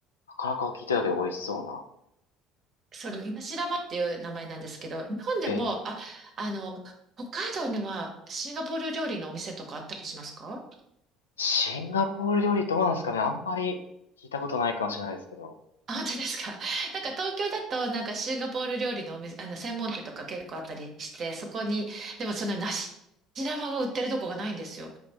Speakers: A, on the left; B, on the right.
A: なかなか聞いてただけど美味しそうな。
B: その、ナシラマっていう名前なんですけど、日本でも、
A: え、
B: あ、あの、北海道にはシンガポール料理のお店とかあったりしますか
A: シンガポール料理どうなんですかねあんまり聞いたことないかもしれないですけど。
B: あ、本当ですか。<laughs> なんか東京だと、
A: うん。
B: なんかシンガポール料理のお店、あの、専門店とか結構あったりして、そこに、でもその梨玉が売ってるとこがないんですよ。